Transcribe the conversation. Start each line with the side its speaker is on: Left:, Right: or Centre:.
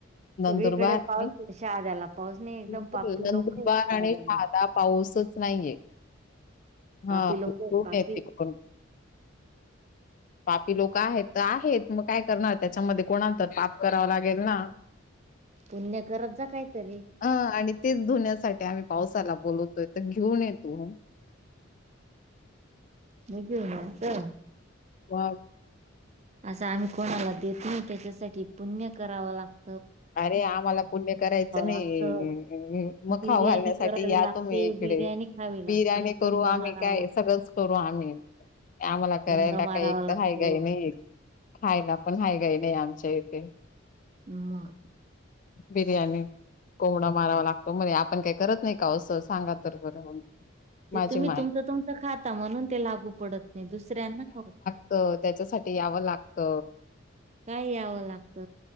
Left: नंदुरबार
Right: सगळीकडे पाऊस
Left: आणि
Right: आहे शहाद्याला पाऊस नाही एकदम
Left: बिलकुल
Right: पापी
Left: नंदुरबार
Right: लोक आहे शहाद्याला.
Left: आणि शहादा पाऊसच नाहीये हा
Right: पापी लोक
Left: <unintelligible>
Right: आहेत पापी
Left: <inaudible> पापी लोक आहेत तर आहेत मग काय करणार त्याच्यामध्ये कोणात पाप करावं लागेल ना.
Right: पुण्य करत जा काहीतरी.
Left: ह आणि तेच धुण्यासाठी आम्ही पावसाला बोलवतोय तर घेऊन येतो.
Right: म घेऊ नाता.
Left: हा.
Right: असं आम्ही कोणाला देतो नाही त्याच्यासाठी पुण्य करावा लाग
Left: अरे आम्हाला पुण्य करायचं नाही
Right: लागतं
Left: म खाव
Right: बिर्याणी
Left: घालण्यास
Right: करावी
Left: या
Right: लागते
Left: तुम्ही इकडे
Right: बिर्याणी खावी
Left: बिर्याणी
Right: लागते
Left: करू
Right: कोंबडं
Left: आम्ही
Right: मारावा
Left: काय
Right: लाग
Left: सगळंच करू आम्ही. आम्हाला
Right: कोंबडं
Left: करायला
Right: मारावा
Left: काही एक
Right: लागतो
Left: तर हैगई काही नाही. खायला पण हाय काही नाही आमच्या इथे.
Right: मग
Left: बिरयाणी. कोंबडा मारावा लागतो म्हण आपण काही करत नाही का असं सांगा तर बरं. माझी
Right: ते तुम्ही
Left: माय
Right: तुमचं तुमचं खाता म्हणून ते लागू पडत नाही दुसऱ्यांना खाऊ
Left: तर त्याच्यासाठी यावं लागत.
Right: काय यावं लागत.